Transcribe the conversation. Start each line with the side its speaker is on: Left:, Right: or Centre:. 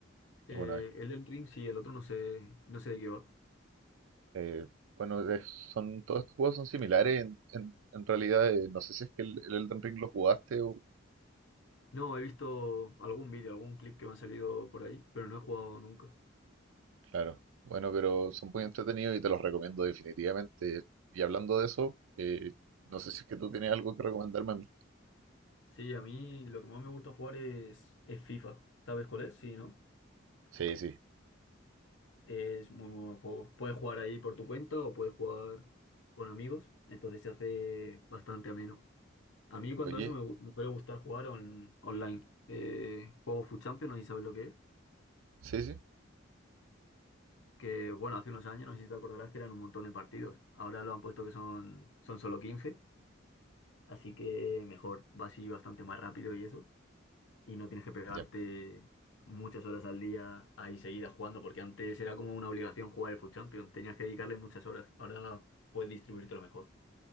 Left: Eh,
Right: alguna vez.
Left: Elden Ring, sí, el otro no sé, no sé de qué va.
Right: Eh, bueno, de- son, todos estos juegos son similares en, en- en realidad. eh, no sé si es que el, el Elden Ring lo jugaste o...
Left: No, he visto algún vídeo, algún clip que me ha salido por ahí, pero no he jugado nunca.
Right: Claro. Bueno, pero son muy entretenidos y te los recomiendo definitivamente. Y hablando de eso, eh, no sé si es que tú tienes algo que recomendarme a mí.
Left: Sí, a mí lo que más me gusta jugar es, es FIFA. ¿Sabes cuál es? Sí, ¿no?
Right: Sí, sí.
Left: Es muy, muy buen juego. Puedes jugar ahí por tu cuenta o puedes jugar con amigos, entonces se hace bastante ameno. A mí cuando
Right: Oye,
Left: eso me, gu- me suele gustar jugar on- online. Eh, juego FUT Champions, no sé si sabes lo que es.
Right: sí, sí.
Left: Que bueno, hace unos años, no sé si te acordarás que eran un montón de partidos. Ahora lo han puesto que son, son solo 15, así que mejor, va así bastante más rápido y eso. y no tienes que pegarte
Right: Ya,
Left: muchas horas al día ahí seguidas jugando, porque antes era como una obligación jugar el FUT Champions, tenías que dedicarle muchas horas. Ahora puedes distribuírtelo mejor.